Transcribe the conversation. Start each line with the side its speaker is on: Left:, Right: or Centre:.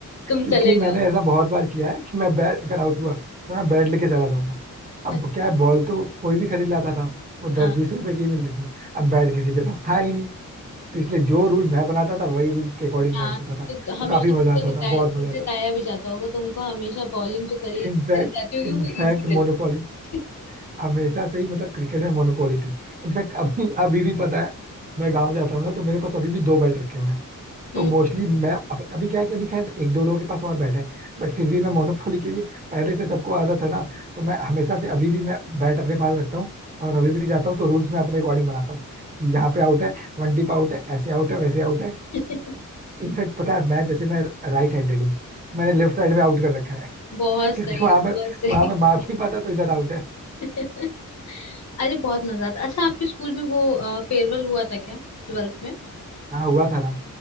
Left: तुम
Right: क्योंकि
Left: चले
Right: मैंने
Left: जाओ
Right: ऐसा बहुत बार किया है कि मैं बैट अगर आउट हुआ तो मैं बैट लेके चला जाऊंगा अब
Left: बस,
Right: क्या है बॉल तो कोई भी खरीद लाता था वो दस
Left: हाँ
Right: बीस रुपए की ही मिलती थी अब बैट किसी के पास था ही नहीं तो इसलिए जो रूल मैं बनाता था वही रूल के अकॉर्डिंग
Left: हाँ
Right: मैच होता था
Left: तो तो
Right: तो
Left: हमेशा
Right: काफी
Left: तुमको
Right: मजा आता
Left: जिताया
Right: था बहुत
Left: फिर
Right: मजा आता
Left: जिताया भी जाता होगा तुमको हमेशा बॉलिंग जो करी
Right: था
Left: करी
Right: इनफैक्ट
Left: जाती होगी
Right: इनफैक्ट
Left: वो इजी करी
Right: मोनोपोली
Left: जाती
Right: हमेशा से ही मतलब क्रिकेट में मोनोपोली थी इनफैक्ट अभी अभी भी पता है मैं गांव जाता हूँ ना तो मेरे पास अभी भी दो बैट रखे हुए हैं तो
Left: होगी।
Right: मोस्टली
Left: <laughs>
Right: मैं अप- अभी क्या है कि अभी खैर एक दो लोगों के पास और बैठा है बट फिर भी मैं मोनोपोली के लिए पहले से सबको आदत है ना तो मैं हमेशा से अभी भी मैं बैट अपने पास रखता हूँ और अभी भी जाता हूँ तो रूल्स मैं अपने अकॉर्डिंग बनाता हूँ कि यहाँ पे आउट है वन टिप आउट है ऐसे आउट है वैसे आउट है
Left: <laughs>
Right: इनफैक्ट पता है मैं जैसे मैं राइट हैंडेड हूँ मैंने लेफ्ट साइड में आउट कर रखा है
Left: बहुत
Right: <laughs> क्योंकि
Left: सही
Right: वहां में
Left: बहुत सही
Right: वहां में मार नहीं पाता तो इधर आउट है
Left: <laughs> अरे बहुत मजा आता अच्छा आपके स्कूल में वो फेयरवेल हुआ था क्या ट्वेल्थ में
Right: हाँ हुआ था ना